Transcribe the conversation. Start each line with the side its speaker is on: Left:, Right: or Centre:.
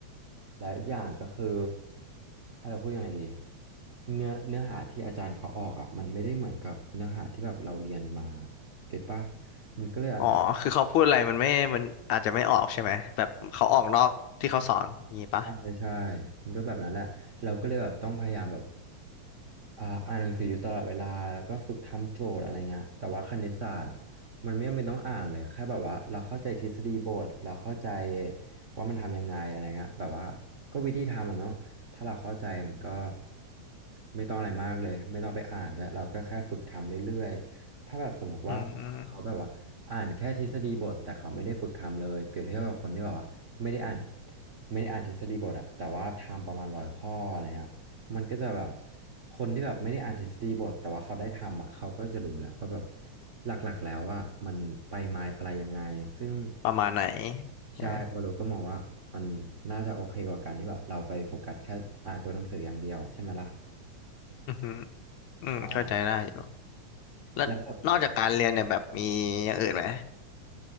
Right: แล้วอีกอย่างก็คือให้เราพูดยังไงดีเนื้อเนื้อหาที่อาจารย์เขาออกอ่ะมันไม่ได้เหมือนกับเนื้อหาที่แบบเราเรียนมาเก็ตป่ะมันก็เลยอาจจะ
Left: อ๋อคือเขาพูดอะไรมันไม่มันอาจจะไม่ออกใช่ไหมแบบเขาออกนอกที่เขาสอนอย่างนี้ปะ
Right: ใช่ใช่มันก็แบบนั้นแหละ เราก็เลยแบบต้องพยายามแบบอ่าอ่านหนังสืออยู่ตลอดเวลาแล้วก็ฝึกทำโจทย์อะไรเงี้ยแต่ว่าคณิตศาสตร์อ่ะมันไม่จำเป็นต้องอ่านเลยแค่แบบว่าเราเข้าใจทฤษฎีบทเราเข้าใจว่ามันทำยังไงอะไรเงี้ยแบบว่าก็วิธีทำอ่ะเนาะถ้าเราเข้าใจมันก็ไม่ต้องอะไรมากเลย ไม่ต้องไปอ่านด้วยเราก็แค่ฝึกทำเรื่อย ถ้าแบบสมมุติว่าคนเขาแบบว่าอ่านแค่ทฤษฎีบทแต่เขาไม่ได้ฝึกทำเลยเปรียบเทียบกับคนที่แบบว่าไม่ได้อ่าน
Left: อืม
Right: ไม่ได้อ่านทฤษฎีบทอะแต่ว่าทำประมาณร้อยข้ออะไรเงี้ยมันก็จะแบบคนที่แบบไม่ได้อ่านทฤษฎีบทแต่ว่าเขาได้ทำอะเขาก็จะรู้แล้วว่าแบบหลักๆแล้วว่ามันไปมาอะไรยังไงซึ่ง
Left: ประมาณไหนใช่ไหม
Right: ใช่วารลก็มองว่ามันน่าจะโอเคกว่าการที่แบบเราไปโฟกัสแค่อ่านตัวหนังสืออย่างเดียวอะใช่ไหมล่ะ
Left: อือหืออืมเข้าใจได้อยู่
Right: ใช่
Left: แล้วนอกจากการเรียนเนี่ยแบบมีอย่างอื่นไหม
Right: แล้วแบบ